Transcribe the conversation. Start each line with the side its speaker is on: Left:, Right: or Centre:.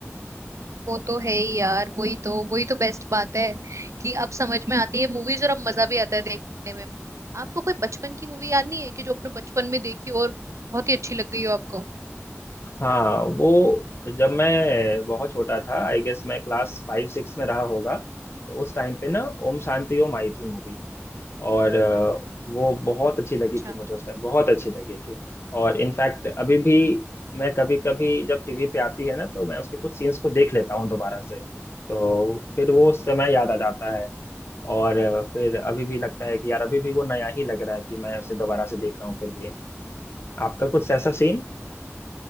Right: वो तो है ही यार वही तो वही तो बेस्ट बात है कि अब समझ में आती है मूवीज और अब मजा भी आता है देखने में आपको कोई बचपन की मूवी याद नहीं है कि जो अपने बचपन में देखी हो और बहुत ही अच्छी लग गई हो आपको
Left: हाँ वो जब मैं बहुत छोटा था आई गेस मैं क्लास फाइव सिक्स में रहा होगा तो उस टाइम पे ना ओम शांति ओम आई थी मूवी और अ, वो बहुत अच्छी लगी
Right: अच्छा
Left: थी मुझे उस टाइम बहुत अच्छी लगी थी और इनफैक्ट अभी भी मैं कभी कभी जब टीवी पे आती है ना तो मैं उसके कुछ सीन्स को देख लेता हूँ दोबारा से तो फिर वो उस समय याद आ जाता है और अ, फिर अभी भी लगता है कि यार अभी भी वो नया ही लग रहा है कि मैं उसे दोबारा से देख रहा हूँ फिर भी आपका कुछ ऐसा सीन